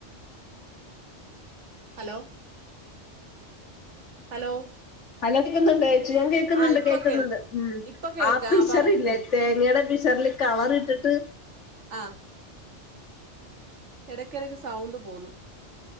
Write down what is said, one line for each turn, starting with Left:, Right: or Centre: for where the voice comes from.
Right: ഹലോ ഹലോ
Left: ഹലോ കേക്കുന്നുണ്ട് ചേച്ചി ഞാൻ കേൾക്കുന്നുണ്ട്
Right: ആ ഇപ്പൊ
Left: കേൾക്കുന്നുണ്ട്
Right: കേൾ
Left: ഉം
Right: ഇപ്പൊ കേൾക്കാം
Left: ആ ബിഷറില്ലേ
Right: പറ
Left: തേങ്ങയുടെ ബിഷറില് കളർ ഇട്ടിട്ട്
Right: ആഹ് എടക്കെടക്ക് സൗണ്ട് പോവുന്നു